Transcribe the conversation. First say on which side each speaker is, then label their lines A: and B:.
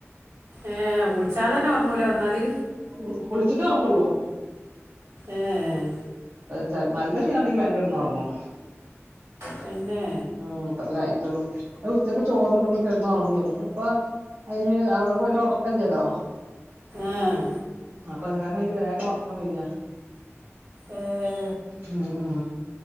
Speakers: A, on the right (about 85°); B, on the right (about 40°).
A: ഏഹ് കുളിച്ചാതെ തന്നെ ഉറങ്ങുവ ല്ലേ വന്നാല്
B: ഉ കുളിച്ചിട്ടെ ഉറങ്ങുള്ളൂ
A: ഏഹ്
B: ചെൽ നല്ല ക്ഷീണണ്ടെങ്കിൽ വേഗം കെടന്ന്റങ്ങും
A: തന്നെ
B: ആഹ് അത്രല്ലേ ആയിട്ടുള്ളൂ ഉച്ചക്ക് ചോറിന്ന്‌ ഇവിടവന്ന് കെടന്നുറങ്ങും പക്ഷെ ഇപ്പ അതിന് അവിടെ പോയിട്ട് ഒറക്കം ഇല്ലല്ലൊ
A: ആഹ്
B: അപ്പൊ അത് കാരണം അതിന് വേഗം ഒറക്കം വരികാ
A: ഏഹ്
B: ഉം ഉം